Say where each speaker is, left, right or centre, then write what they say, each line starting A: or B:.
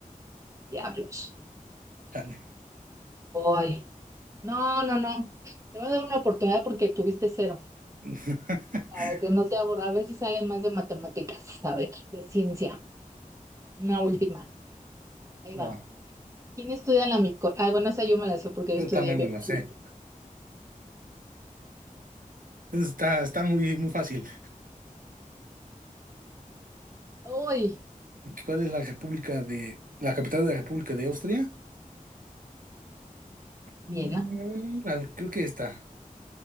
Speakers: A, on the right (about 20°); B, on the right (about 75°).
A: diablos.
B: Dale.
A: Ay, no, no, no. Te voy a dar una oportunidad porque tuviste cero,
B: <laughs>
A: para que no te aburra. A ver si sale más de matemáticas, a ver, de ciencia. Una última. Ahí
B: Va,
A: va. ¿Quién estudia la mico? Ah, bueno, esa yo me la sé porque yo
B: yo
A: estudié
B: también
A: biología.
B: me la sé. Eso Está, está muy, muy fácil.
A: Uy,
B: ¿Cuál es la república de... la capital de la República de Austria? Mm,
A: bien, ¿ah?
B: a ver, creo que esta.